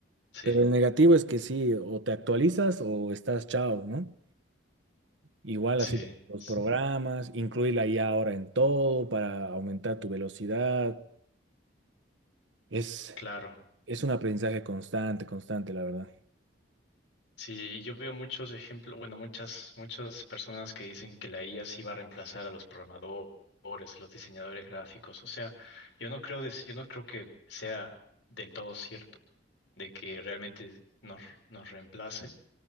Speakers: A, on the left; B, on the right.
A: sí,
B: Pero el negativo es que sí, o te actualizas o estás chao, ¿no? Igual
A: sí,
B: así los
A: s-
B: programas, incluir la IA ahora en todo para aumentar tu velocidad. Es,
A: claro.
B: es un aprendizaje constante, constante, la verdad.
A: Sí, y yo veo muchos ejemplos, bueno, muchas, muchas personas que dicen que la IA sí va a reemplazar a los programadores, a los diseñadores gráficos. O sea, yo no creo, des- yo no creo que sea del todo cierto de que realmente nos, nos reemplace,